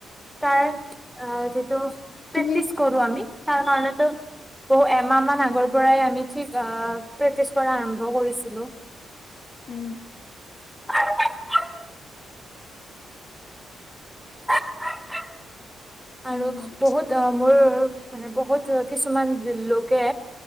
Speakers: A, in the centre; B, on the left.
A: তাৰ যিটো প্ৰেক্টিচ
B: তুমি
A: কৰো আমি তাৰ কাৰণে বহু এমাহ মান আগৰ পৰাই আমি ঠিক অ প্ৰেক্টিচ কৰা আৰম্ভ কৰিছিলো।
B: উম
A: <inaudible> বক-বক আৰু
B: উম
A: বহুত অ, মোৰ মানে বহুত কিছুমান লোকে